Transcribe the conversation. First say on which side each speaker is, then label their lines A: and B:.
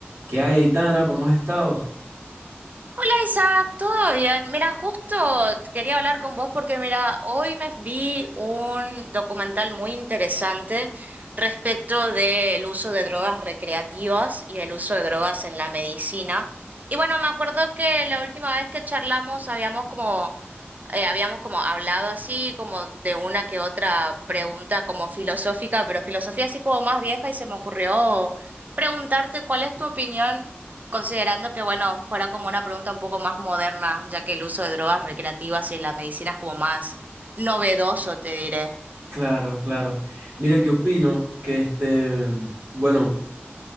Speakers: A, on the right; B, on the right.
A: ¿Qué hay, Aitana? ¿Cómo has estado?
B: Hola Isaac, ¿todo bien? Mira, justo quería hablar con vos porque mira, hoy me vi un documental muy interesante respecto del uso de drogas recreativas y el uso de drogas en la medicina. Y bueno, me acuerdo que la última vez que charlamos habíamos como eh, habíamos como hablado así, como de una que otra pregunta como filosófica, pero filosofía así como más vieja y se me ocurrió preguntarte cuál es tu opinión, considerando que, bueno, fuera como una pregunta un poco más moderna, ya que el uso de drogas recreativas y en la medicina es como más novedoso, te diré.
A: Claro, claro. Mira, ¿qué opino? Que este, bueno,